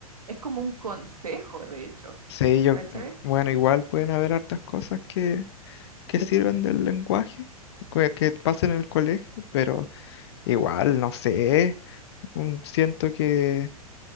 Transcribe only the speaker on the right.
es como un consejo, de hecho,
¿cachai?